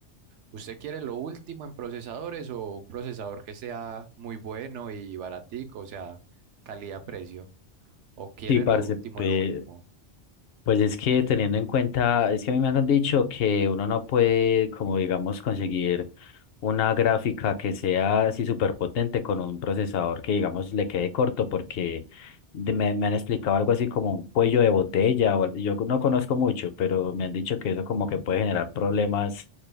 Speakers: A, on the right; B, on the left.
A: ¿usted quiere lo último en procesadores o un procesador que sea muy bueno y baratico, o sea, calidad-precio? ¿O quiere
B: Sí, parce,
A: lo último,
B: pe-
A: lo último?
B: Pues es que teniendo en cuenta, es que a mí me han dicho que uno no puede, como digamos, conseguir una gráfica que sea así súper potente con un procesador que, digamos, le quede corto, porque de- me, me han explicado algo así como un cuello de botella, o, al- yo no conozco mucho, pero me han dicho que eso como que puede generar problemas